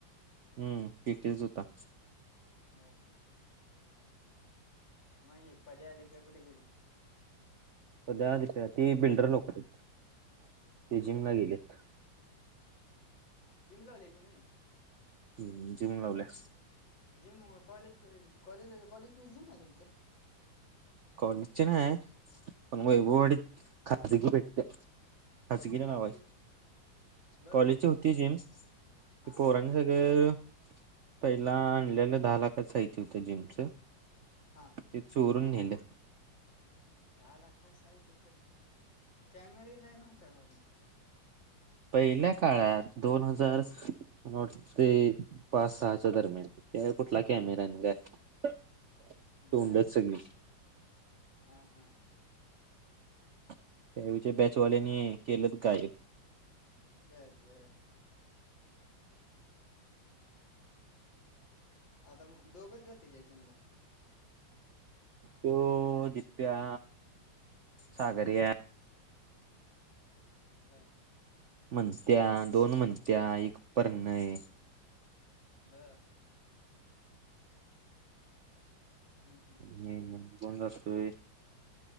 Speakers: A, on the right; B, on the left.
A: हम्म पेटीतच हुता.
B: हा मा हे पद्या दिप्या कुड गेले?
A: पद्या दिप्या ते बिल्डर लोक यते ते
B: बोललं
A: जिमला गेलेत.
B: जिम लावलीय त्यांनी
A: हम्म जिम लावल्या
B: जिम कॉलेज कॉलेला कॉलेज पाशी जिम हाय तुमच्या
A: कॉलेज च्या नाय पण वैभववाडीत
B: मग
A: खातली की भेटत्या खासगीला
B: खाजगी
A: नाव आहे.
B: बर
A: कॉलेजची होती जिम ती
B: हा
A: पोरांनी सगळं पहिला आणल्याल दहा लाखाच साहित होत जिमच
B: हा
A: ते चोरून नेलं.
B: दहा लाखाचं साहित कॅमेरे काय नव्हत्या कॉलेज
A: पहिल्या काळात दोन हजार नठ ते पाच सहाच्या दरम्यान त्या कुठला कॅमेराना काय
B: बे
A: तोंडच सगळी
B: हा हा
A: त्यावेळच्या बॅचवाल्यानी केलंत गायब.
B: बर बर. आता मग दोघच जाते का जिमला?
A: तो दिप्या, सागऱ्या.
B: हा.
A: म्हणत्या दोन म्हणत्या एक परणय.
B: ब. हम्म हम्म.
A: आणि कोण जातोय?